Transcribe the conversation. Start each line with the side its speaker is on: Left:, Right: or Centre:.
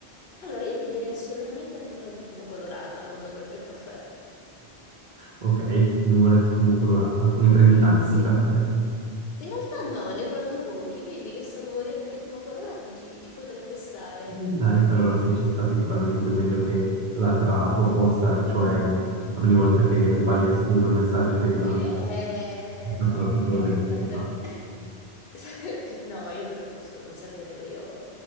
Left: Allora, io ti direi assolutamente la nuvola di fumo colorata quando prendo il caffè.
Right: Ok, nuvola di fumo
Left: <laughs>
Right: colorata. Ne prendi tanti
Left: Sì.
Right: di caffè.
Left: In realtà no, ne prendo pochi, quindi questa nuvoletta di fumo colorata ci, ci potrebbe stare.
Right: Mm, Dai, allora sì, ci sta sicuramente meglio che l'altra proposta, cioè ogni volta che sbagli a scrivere un messaggio ti arrivano
Left: Eh,
Right: tutta
Left: no,
Right: la figura
Left: no, no,
Right: dell'interno.
Left: sarebbe... <laughs> sarebbe- No, io poi preferisco non saperlo, io